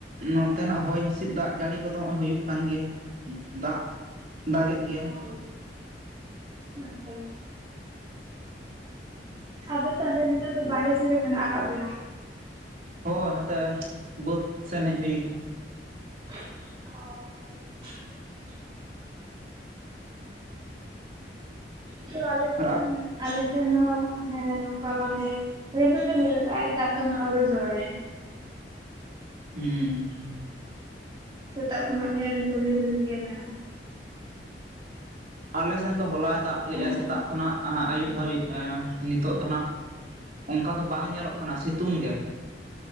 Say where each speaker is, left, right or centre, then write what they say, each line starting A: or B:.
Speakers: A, on the right; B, on the right.
A: ᱱᱚᱛᱮᱱᱟᱜ ᱦᱚᱭ ᱦᱤᱸᱥᱤᱫ ᱫᱟᱜ ᱡᱟᱹᱲᱤ ᱠᱚᱫᱚ ᱦᱚᱜᱼᱚᱭ ᱦᱩᱭᱩᱜ ᱠᱟᱱ ᱜᱮᱭᱟ ᱫᱟᱜ ᱫᱟᱜ ᱮᱫ ᱜᱮᱭᱟᱭ
B: ᱚ ᱟᱪᱪᱷᱟ ᱟᱫᱚ ᱛᱟᱦᱞᱮ ᱱᱤᱛᱚᱜ ᱫᱚ ᱵᱟᱦᱨᱮ ᱥᱮᱱ ᱨᱮ ᱢᱮᱱᱟᱜ ᱟᱠᱟᱫ ᱵᱮᱱᱟ
A: ᱦᱳᱭ ᱱᱚᱛᱮ ᱵᱟᱹᱫᱽ ᱥᱮᱱ ᱦᱮᱡ ᱦᱩᱭ ᱟᱠᱟᱱᱟ
B: <unintelligible> ᱛᱚ ᱟᱞᱮᱥᱮᱱ
A: ᱟᱨ
B: ᱟᱞᱮ ᱥᱮᱱ ᱦᱚᱸ ᱦᱮᱸ ᱱᱚᱝᱠᱟ ᱢᱟᱱᱮ ᱨᱤᱢᱤᱞ ᱨᱤᱢᱤᱞ ᱟᱠᱟᱜᱼᱟᱭ ᱫᱟᱜ ᱫᱚ ᱱᱟᱸᱜ ᱟᱹᱣᱨᱤ ᱡᱚᱨᱚᱭᱟᱭ
A: ᱦᱩᱸ
B: ᱥᱮᱛᱟᱜ ᱠᱷᱚᱱᱟᱜ ᱜᱮ ᱨᱤᱢᱤᱞ ᱨᱤᱢᱤᱞ ᱜᱮ ᱢᱮᱱᱟᱜᱼᱟ
A: ᱟᱞᱮ ᱥᱮᱱ ᱫᱚ ᱦᱚᱞᱟᱭ ᱫᱟᱜ ᱞᱮᱜᱼᱟ
B: ᱦᱮᱸ
A: ᱥᱮᱛᱟᱜ ᱠᱷᱚᱱᱟᱜ ᱟᱹᱭᱩᱵ ᱫᱷᱟᱹᱵᱤᱡ ᱱᱤᱛᱚᱜ ᱫᱚ ᱱᱟᱜ ᱚᱱᱠᱟ ᱫᱚ ᱵᱟᱝ ᱧᱮᱞᱚᱜ ᱠᱟᱱᱟ ᱥᱤᱛᱩᱝ ᱜᱮ